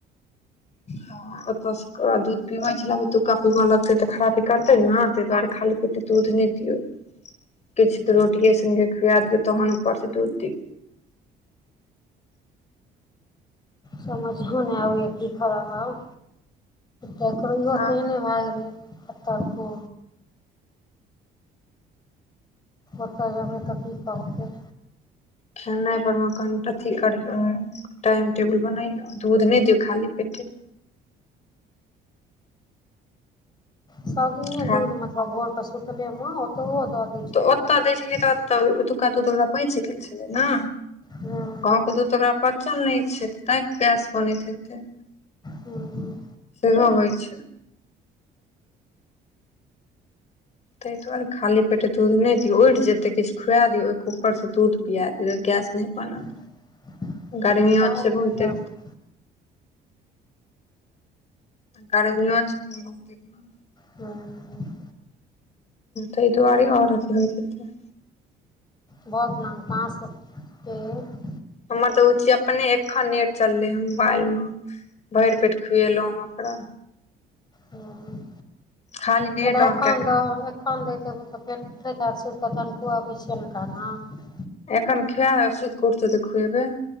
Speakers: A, on the left; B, on the left.
A: हँ ओतऽ स ओकर बिद दूध पीबै छलै आब एतुका पीबऽ लगतै तऽ खराबी करतै ने ताहि दुआरे खाली पेटे दूध नय दियौ किछु रोटिये संगे खुआ दियौ तहन उपर से दूध दियौ
B: समझहु नय आबैए की करब आब तकर इहो
A: हँ
B: तेहने भए गेलै पतड़ को ओतऽ जेबै तऽ की कहतै
A: खेनाइ पर मे कन अथी करियौ टाइम टेबुल बनैयौ दूध नय दियौ खाली पेटे
B: सबदिने
A: खा
B: दूध मतलब भोर केऽ सुतले मे ओतहुओ दै छलैए
A: तऽ ओतय
B: खूब
A: दै छेलियै तऽ ओत ओतुका दूध ओकरा पचि गेल छलै ने
B: हूँ
A: गाँवके दूध तऽ ओकरा पचल नय छै तैं गैस बनैत हेतै
B: हूँ
A: सेहो होइ छै ताहि दुआरे खाली पेटे दूध नय दियौ उठि जेतै किछु खुआ दियौ ओहिके ऊपरसँ दूध पिया दियौ गैस नय बनत
B: <unintelligible>
A: गर्मियो छै बहुते आ गरमीओ छै अखन बहुत एकदम
B: हँ
A: तै दुआरे आओर अथी होइत हेतै
B: भऽ गेल आहाँ सब के <unintelligible>
A: हमर तऽ उची अपने अखन नेट चललै हन मोबाइल मे। भरि पेट खुएलौं हँ ओकरा।
B: हँ
A: खाली
B: जेना
A: नेट
B: एखन
A: ऑन कए
B: द खान दैत ओ तऽ पेट फैत सकेऽ तनिको अबै छियै न खाना <unintelligible>
A: एखन खैब आ सूति कऽ उठतै तऽ खुएबै